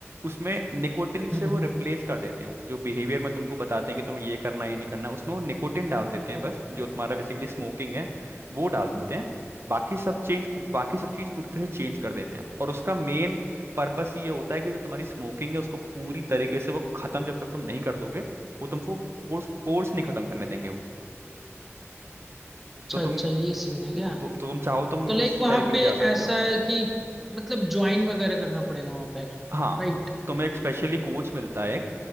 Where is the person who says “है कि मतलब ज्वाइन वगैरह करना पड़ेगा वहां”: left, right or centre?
Centre